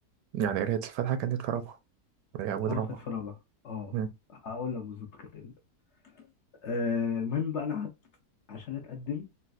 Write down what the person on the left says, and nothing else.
أه
كانت في رابعة أه
هقول لك بالظبط كانت إمتى آه، المهم بقى أنا قعدت عشان أتقدم